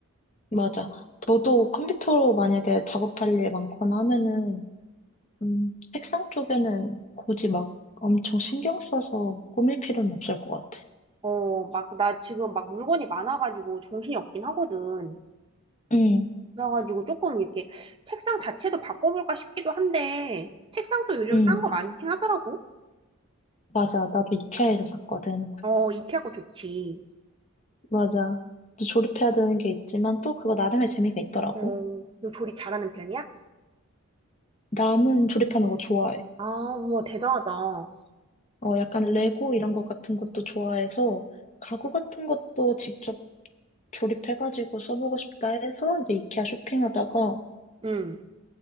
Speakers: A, on the left; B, on the right.
A: 맞아. 너도 컴퓨터로 만약에 작업할 일 많거나 하면은, 음, 책상 쪽에는 굳이 막 엄청 신경 써서 꾸밀 필요는 없을 것 같아.
B: 어, 막, 나 지금 막 물건이 많아가지고 정신이 없긴 하거든.
A: 응,
B: 그래가지고 조금 이렇게 책상 자체도 바꿔볼까 싶기도 한데, 책상도 요즘
A: 응,
B: 싼 거 많긴 하더라고.
A: 맞아. 나도 이케아에서 샀거든.
B: 어, 이케아 거 좋지.
A: 맞아. 또 조립해야 되는 게 있지만 또 그거 나름의 재미가 있더라고.
B: 어, 너 조리 잘하는 편이야?
A: 나는 조립하는 거 좋아해.
B: 아, 우와, 대단하다. 어,
A: 어, 약간 레고 이런 것 같은 것도 좋아해서 가구 같은 것도 직접 조립해가지고 써보고 싶다 해서 이제 이케아 쇼핑하다가
B: 응.